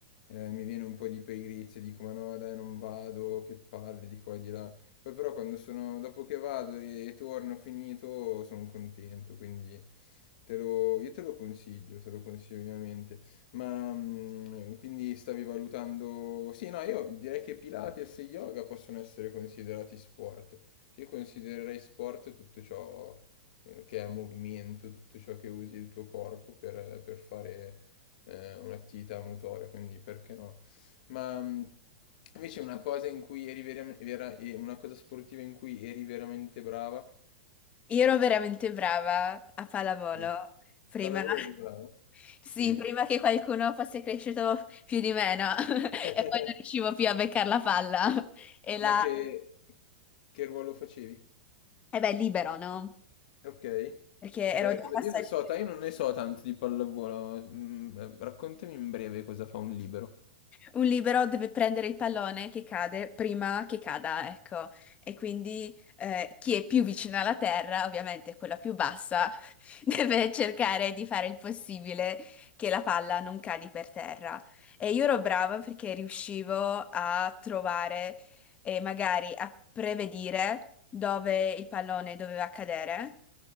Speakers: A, on the left; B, on the left.
A: eh, mi viene un po' di pigrizia, dico ma no dai non vado, che palle di qua e di là. Poi però quando sono, dopo che vado e torno finito, sono contento, quindi te lo, io te lo consiglio, te lo consiglio ovviamente. Ma mm, quindi stavi valutando... Sì, no, io direi che Pilates e yoga possono essere considerati sport. Cioè, io considererei sport tutto ciò eh, che è movimento, tutto ciò che usi il tuo corpo per, per fare eh, un'attività motoria, quindi perché no? Ma mh, invece una cosa in cui eri vera- vera- eh, una cosa sportiva in cui eri veramente brava?
B: Io ero veramente brava a pallavolo
A: Mm.
B: prima.
A: Pallavolo
B: <laughs>
A: eri brava?
B: Sì,
A: Sì.
B: prima che qualcuno fosse cresciuto più di me, no? <laughs>
A: <laughs>
B: E poi non riuscivo più a beccare la palla. E la...
A: Ma che, che ruolo facevi?
B: E beh, libero, no?
A: Ok.
B: Perché
A: Cioè,
B: ero già
A: cosa-
B: passata.
A: io non so, ta- io non ne so tanto di pallavolo. Mm, eh, raccontami in breve cosa fa un libero.
B: Un libero deve prendere il pallone che cade prima che cada, ecco. E quindi eh, chi è più vicino alla terra, ovviamente quella più bassa, <laughs> deve cercare di fare il possibile che la palla non cadi per terra. E io ero brava perché riuscivo a trovare e magari a prevedere dove il pallone doveva cadere.